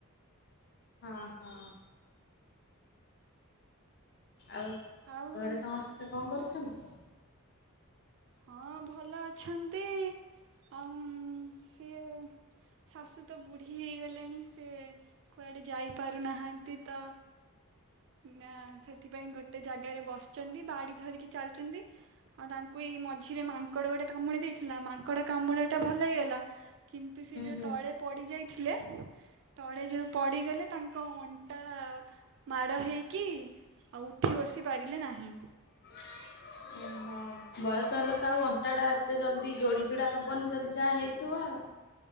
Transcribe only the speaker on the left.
ହଁ ହଁ ଆଉ
ଘରେ ସମସ୍ତେ କଅଁ କରୁଛନ୍ତି?
ହୁଁ
ମାଇଁ ସ୍କୁଲ ଦୁଁ। ହଁ ବୟସ ହେଲେ ତ, ଆଉ ଅଣ୍ଟା ଟା ଏତେ ଜଲ୍ଦି ଯୋଡି ଯୋଡା ହବନି ଯଦି ଯାହା ହେଇଥିବ ଆଉ।